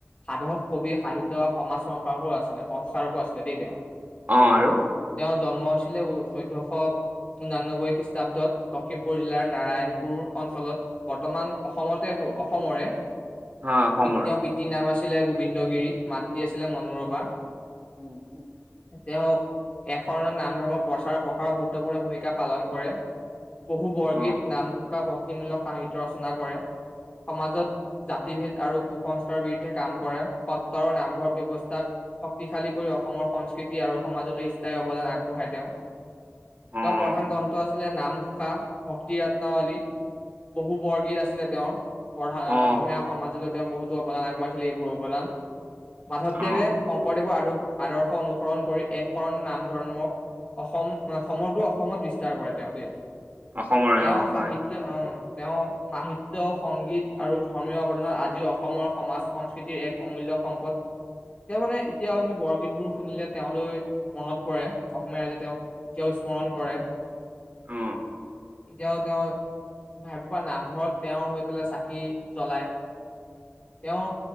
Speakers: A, on the left; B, on the right.
A: সাধক কবি সাহিত্য সমাজ সংসো আছিলে সংস্কাৰকো আছিলে দেই তেওঁ।
B: অ আৰু।
A: তেওঁৰ জন্ম হৈছিলে চৈধ্যয়শ ঊনানব্বৈ খ্ৰীষ্ট। লখিমপুৰ জিলাৰ নাৰায়ণপুৰ অঞ্চলত। বৰ্তমান অসমতে অসমৰে তেওঁ
B: অ অসমৰ।
A: প। মাতৃ নাম আছিলে গোবিন্দগিৰি মাতৃ আছিলে মনোৰমা।
B: উম, উম, উম।
A: তেওঁ এ শৰণত নাম ধৰ্মৰ প্ৰচাৰৰ প্ৰসাৰৰ গুৰুত্বপূৰ্ণ ভূমিকা পালন কৰে। বহু বৰগীত
B: অ
A: নামঘোষা ভক্তিমূলক সাহিত্য ৰচনা কৰে সমাজত। জাতিভেদ আৰু কুসস্কাৰৰ বিৰুদ্ধে কাম কৰে সত্ৰ আৰু নামঘৰ ব্যৱস্থাক। শক্তিশালী কৰি অসমৰ সংস্কৃতি আৰু সমাজলৈ স্থায়ী অৱদান আগবঢ়াই তেওঁ।
B: অ
A: তেওঁৰ প্ৰধান গ্ৰন্থ আছিলে নামঘোষা ভক্তি ৰত্নৱলী। বহু বৰগীত আছিলে তেওঁৰ পঢধা
B: অ
A: অসমীয়া সমাজলৈ। তেওঁ বহুতো অৱদান আগবঢ়াইছিলে এইবোৰ অৱদান মাধৱদেৱে
B: অ অ।
A: শংকৰদেৱৰ আৰু। আদৰ্শ অনুসৰণ কৰি এখন নাম ধৰ্মক। অসম সমগ্ৰ অসমত বিস্তাৰ কৰে তেওঁ দেই
B: অসমৰে
A: তেওঁ
B: অ হয়
A: সাহিত। তেওঁ সাহিত্য সংগীত আৰু ধৰ্মীয়ৱদনত আজিও অসমৰ সমাজ সংস্কৃতিৰ এক। অমূল্য সম্পদ। এতিয়া মানে এতিয়াও আমি বৰগীত বোৰ শুনিলে তেওঁলৈ মনত পৰে। সময়জে তেওঁক এতিয়াও স্মৰণ কৰে
B: অ
A: এতিয়াও তেওঁ। ভাইৰ পৰা নামঘৰত তেওঁৰ হৈ পেলাই চাকি জ্বলায়। তেওঁ